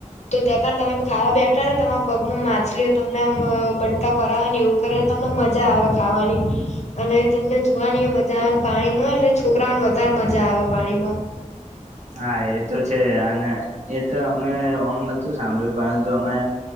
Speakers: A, on the left (about 60°); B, on the right (about 65°).
A: તો ત્યાં કારણે તમે ખાવા બેઠા ને તમારા પગમાં માછલીઓ તમને બટકા ભરાવે ને એવું કરે મજા આવે ખાવાની અને તમને જોવાની મજા આવેને પાણીમાં એટલે છોકરાઓને વધારે મજા આવે પાણીમાં
B: હા એ તો છે અને એ તો અમે ઓમ નોતું સાંભળ્યું પરંતુ અમે